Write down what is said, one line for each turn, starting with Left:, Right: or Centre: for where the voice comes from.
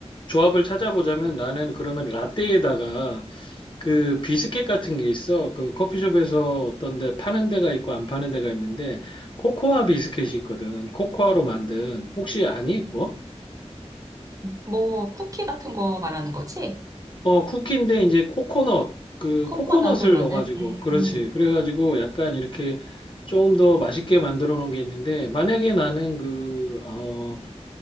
Left: 조합을 찾아보자면 나는 그러면 라떼에다가 그 비스켓 같은 게 있어. 그 커피숍에서 어떤 데 파는 데가 있고 안 파는 데가 있는데 코코아 비스켓이 있거든. 코코아로 만든. 혹시 아니, 그거?
Right: 뭐, 쿠키 같은 거 말하는 거지?
Left: 어, 쿠키인데 이제 코코넛, 그
Right: 코코넛을
Left: 코코넛을
Right: 넣는?
Left: 넣어가지고,
Right: 음,
Left: 그렇지. 그래가지고 약간 이렇게 좀 더 맛있게 만들어 놓은 게 있는데, 만약에 나는 그, 어,